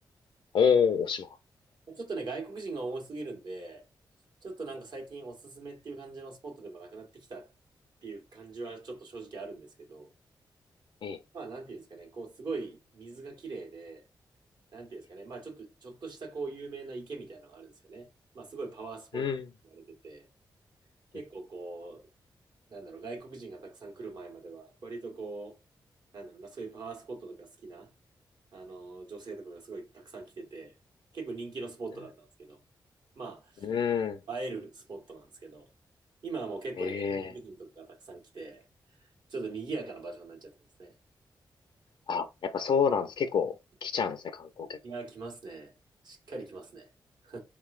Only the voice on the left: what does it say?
おー、おしま
い。ええ、え
え。
うん。
う
ん。
う
ん。ええ。
あ、やっぱそうなんです。結構来ちゃうんですね、
観光客。